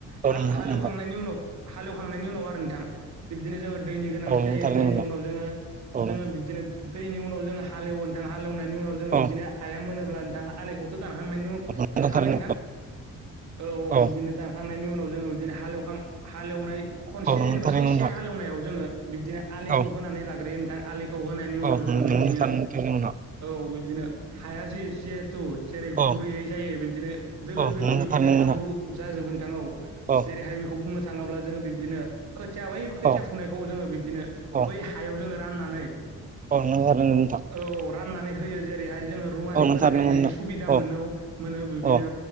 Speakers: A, on the right; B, on the right.
A: हाल
B: नोंथां औ नोंगौ
A: हालेवखांनायनि
B: नोंथां
A: उनाव हालेवखांनायनि उनाव आरो नोंथां बिब्दिनो जोङो दैनि गोनांथि
B: औ
A: जायो
B: नोंगौ थारैनो
A: दैनि
B: नोंगौ
A: उनाव जोङो
B: नोंथां
A: जोङो बिबदिनो दैनि उनाव जोङो हालएवो नोंथां हाल एवनायनि उनाव जोङो
B: औ
A: बिब्दनो
B: नोंथां औ
A: हाया मोनोब्ला नोंथां आलिखौ दानखांनायनि उन
B: नोंगौ
A: दानखांबाय
B: थारैनो
A: नोंथां औ औ
B: नोंगौ
A: बिब्दिनो
B: नोंथां
A: दानखां नायनि उनाव जोङो बिब्दिनो हालेवखां हालेवनाय खनसे
B: औ नोंगौ
A: जेनेबा सैसे
B: थारैनो नोंगौ नोंथां
A: हालेवनायाव जोङो बिब्दिनो आलिखौ
B: औ
A: होनानै लाग्रोयो नोंथां आलिखौ खौ होनायनि उनाव
B: औ
A: जोङो बिब्दिनो
B: नोंगौ थारैनो नोंगौ नोंथां
A: औ बिब्दिनो हाया जे जिहेथु जेरै
B: औ
A: गुरैयै जायो बिब्दिनो दोलो
B: औ
A: दोलो
B: नंगौ
A: बिबदिनो
B: थारैनो नोंथां
A: हाब्रु जाजोब नोंथाङा औ
B: औ
A: जेरैहाय खौ बुंनो थाङोब्ला जोङो बि दिनो खोथिया बै खोथिया
B: औ
A: फुनायखौ जोङो बिब्दिनो
B: औ
A: बै हायाव जोङो राननानै
B: <unintelligible>
A: औ औ राननानै होयो जेरैहाय जोङो रुवानिफोरा
B: औ नंगौ थारैनो
A: गायनायनि
B: नोंथां
A: सुबिदा मोनो
B: औ
A: मोनो। बिदिनो
B: औ